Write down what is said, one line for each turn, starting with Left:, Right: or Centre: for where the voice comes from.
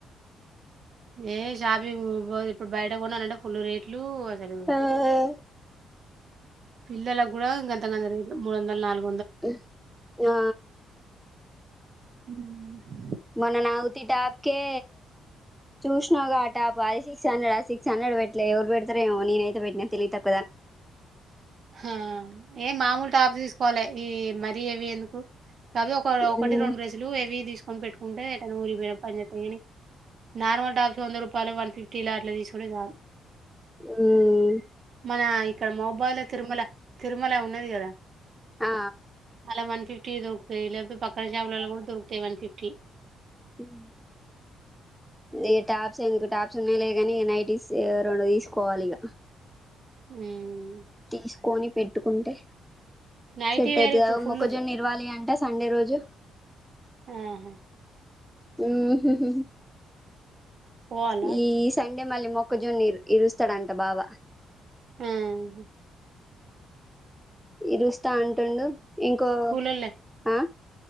Right: ఏ షాపింగ్ ఇప్పుడు బయట కొనాలంటే ఫుల్ రేట్లు జలుబు
Centre: ఆ
Right: పిల్లలకు కూడా గంత గంత రేట్లు మూడు వందలు నాలుగు వం
Centre: ఉమ్ ఆ
Right: ఉమ్
Centre: మొన్న నాఉతి టాప్కే చూసినావ్గా ఆ టాప్ అది సిక్స్ హండ్రెడ్ అది సిక్స్ హండ్రెడ్ పెట్లే ఎవరు పెడతారేమో నేనయితే పెట్టినా తెలివితకు
Right: ఆ ఏ మామూలు టాప్స్ తీసుకోవాలె ఈ మరి హెవీ ఎందుకు కాపోతే ఒక-ఒకటి
Centre: మ్మ్
Right: రెండు డ్రెస్లు హెవీగా తీస్కో కొని పెట్టుకుంటే ఏటైనా ఊరికి పోయినప్పుడు పని చెత్తయని నార్మల్ టాప్స్ వంద రూప్ పలు వన్ ఫిఫ్టీలో అట్ల తీసుకుంటే చాలు
Centre: ఉమ్
Right: మన ఇక్కడ మోబైల తిరుమల తిరుమల ఉన్నది కదా
Centre: ఆ
Right: అలా వన్ ఫిఫ్టీ దొరుకుతాయి లేకపోతే పక్కన షాపులలో కూడా దొరుకుతాయి వన్ ఫిఫ్టీ
Centre: ఉమ్ ఈ టాప్స్ ఎందుకు టాప్స్ ఉన్నాయి లే గానీ నైట్ స్ రెండు తీసుకోవాలిగా
Right: ఉమ్
Centre: తీసుకొని పెట్టుకుంటే
Right: నైటీ
Centre: సెట్
Right: వేర్
Centre: అవుతది
Right: ఇప్పుడు ఫుల్లు.
Centre: మొక్కజొన్న నిరివాలి అంటే సండే రోజు
Right: ఆహా
Centre: ఉమ్ హుహుహు
Right: పోవాలా?
Centre: ఈ సండే మళ్ళీ మొక్కజొన్న ఇరు-ఇరుస్తాడంట బావ
Right: ఆ హ
Centre: ఇరుస్తా అంటుండు ఇంకో
Right: కూలోళ్ళే
Centre: ఆ